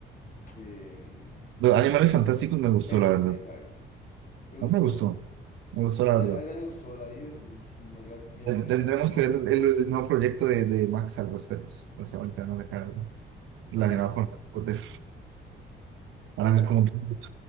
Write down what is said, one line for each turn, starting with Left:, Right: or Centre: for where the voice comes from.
Left: de, mm,
Right: Los animales fantásticos me gustó,
Left: Esa,
Right: la verdad.
Left: esa, esa. ¿Te gustó?
Right: No me gustó,
Left: O
Right: me gustó
Left: sea,
Right: la verdad.
Left: ahí la me gustó, la vi, me, gustó, me- la, me-
Right: Ten-
Left: la primera
Right: Tendremos
Left: me gustó.
Right: que ver el, el nuevo proyecto de, de Max al respecto. Pues ahorita van a sacar algo planeado
Left: ¿De qué?
Right: con Harry Potter. Van
Left: ¿Cómo?
Right: a hacer como un reboot